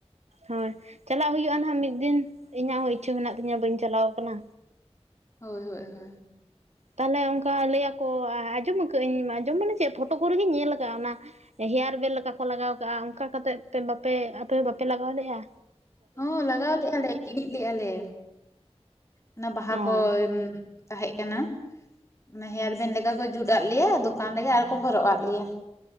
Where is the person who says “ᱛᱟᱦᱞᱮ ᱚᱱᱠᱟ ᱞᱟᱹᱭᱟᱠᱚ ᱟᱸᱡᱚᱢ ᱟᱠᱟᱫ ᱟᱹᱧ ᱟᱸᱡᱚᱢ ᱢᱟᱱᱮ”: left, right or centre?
Right